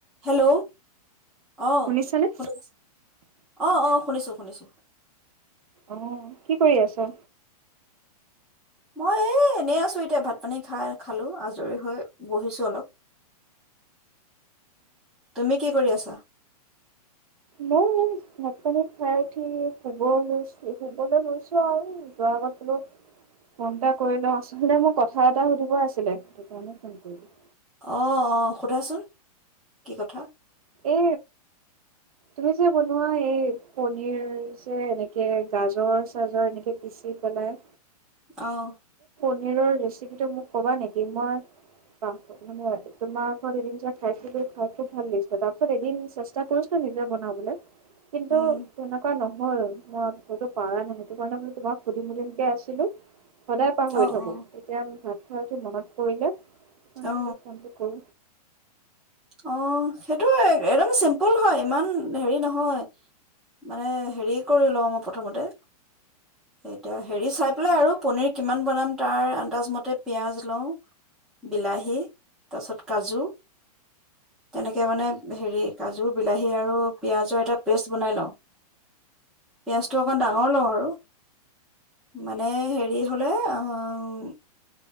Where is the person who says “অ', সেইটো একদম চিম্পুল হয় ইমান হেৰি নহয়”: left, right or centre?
Centre